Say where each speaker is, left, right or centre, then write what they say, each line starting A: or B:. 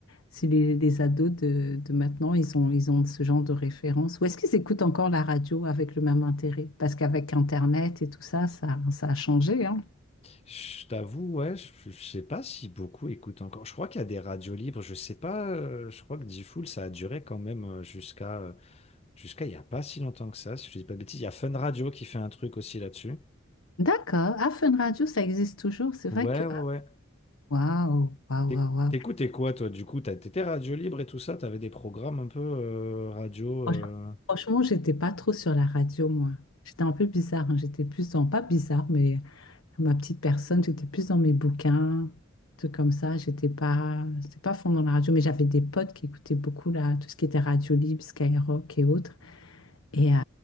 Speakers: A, on the left (about 80°); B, on the left (about 30°).
A: si les, les ados de, de maintenant, ils ont, ils ont ce genre de référence. Ou est-ce qu'ils écoutent encore la radio avec le même intérêt? Parce qu'avec Internet et tout ça, ça, ça a changé, hein.
B: Je t'avoue, ouais, je, je sais pas si beaucoup écoutent encore. Je crois qu'il y a des radios libres, je sais pas, euh, je crois que Diffoul, ça a duré quand même euh, jusqu'à euh, jusqu'à il y a pas si longtemps que ça, si je dis pas de bêtises. Il y a Fun Radio qui fait un truc aussi là-dessus.
A: D'accord. Ah, Fun Radio, ça existe toujours. C'est vrai
B: Ouais,
A: que,
B: ouais,
A: ah,
B: ouais.
A: waouh, waouh,
B: T'éc-
A: waouh. waouh.
B: T'écoutais quoi, toi, du coup? T'as- T'étais radio libre et tout ça, t'avais des programmes un peu euh, radio.
A: Franch-
B: euh,
A: Franchement, j'étais pas trop sur la radio, moi. J'étais un peu bizarre, hein. J'étais plus dans, pas bizarre, mais ma petite personne, j'étais plus dans mes bouquins, tout comme ça. J'étais pas, c'était pas fond dans la radio, mais j'avais des potes qui écoutaient beaucoup là, tout ce qui était radio libre, Skyrock et autres. Et, euh,